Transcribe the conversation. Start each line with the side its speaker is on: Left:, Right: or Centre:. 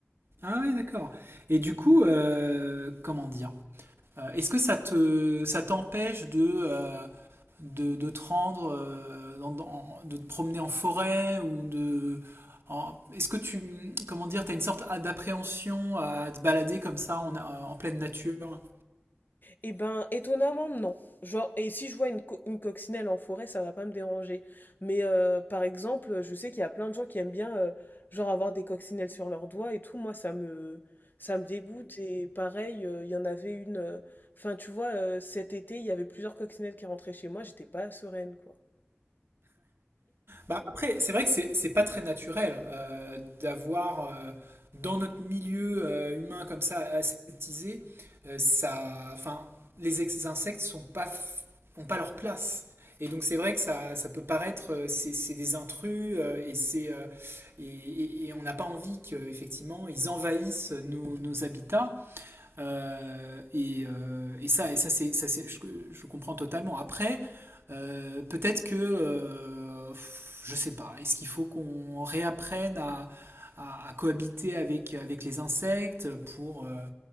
Right: Ah oui, d'accord. Et du coup, euh, comment dire? Euh, Est-ce que ça te, ça t'empêche de, euh, de, de te rendre, euh, dans- dans- de te promener en forêt ou de, en- est-ce que tu, comment dire, t'as une sorte d'appréhension à te balader comme ça en, euh, en pleine nature?
Left: Eh ben, étonnamment, non. Genre, et si je vois une, co- une coccinelle en forêt, ça va pas me déranger. Mais euh, par exemple, je sais qu'il y a plein de gens qui aiment bien, euh, genre, avoir des coccinelles sur leurs doigts et tout. Moi, ça me, ça me dégoûte. Et pareil, euh, il y en avait une. euh, Enfin, tu vois, euh, cet été, il y avait plusieurs coccinelles qui rentraient chez moi. J'étais pas sereine, quoi.
Right: Bah, après, c'est vrai que c'est c'est pas très naturel
Left: <laughs>
Right: euh, d'avoir euh, dans notre milieu euh, humain comme ça aseptisé, euh, ça, enfin, les ex- insectes sont pas f- ont pas leur place. Et donc c'est vrai que ça, ça peut paraître, euh, c'est c'est des intrus euh, et c'est euh, et, et- et on n'a pas envie qu'effectivement ils envahissent nos, nos habitats. Euh, et, euh, et, ça, et ça, c'est, ça c'est- je, je comprends totalement. Après, euh, peut-être que, euh, je sais pas, est-ce qu'il faut qu'on réapprenne à, à- à cohabiter avec, avec les insectes pour, euh,